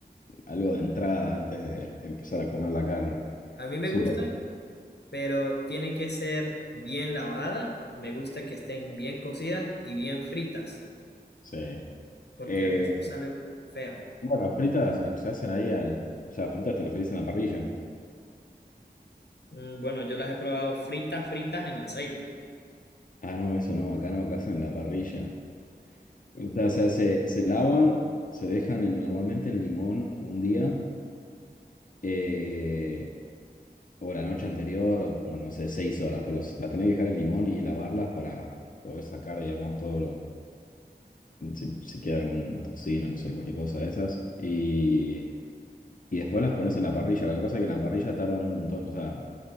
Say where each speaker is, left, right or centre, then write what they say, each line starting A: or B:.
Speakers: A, on the left; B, on the left.
A: algo de entrada antes de empezar a comer la carne.
B: A mí me
A: Súper.
B: gusta, pero tiene que ser bien lavada. Me gusta que estén bien cocidas y bien fritas,
A: Sí.
B: porque
A: Eh,
B: el resto sale feo.
A: bueno, fritas eh, se hacen ahí al. O sea, fritas te referís en la parrilla.
B: Mm, Bueno, yo las he probado fritas, fritas en aceite.
A: Ah, no, eso no, acá no, acá hacen la parrilla. O
B: Ah,
A: sea, se hace,
B: perfecto.
A: se lavan, se dejan en- normalmente en limón un día. eh, o la noche anterior, o bueno, no sé, seis horas, pero se- las tenés que dejar en limón y lavarlas para poder sacar, digamos, todo lo, si, si queda alguna toxina, no sé, cualquier cosa de esas. Y, y después las pones en la parrilla. Lo que pasa es que en la parrilla tardan un montón, o sea,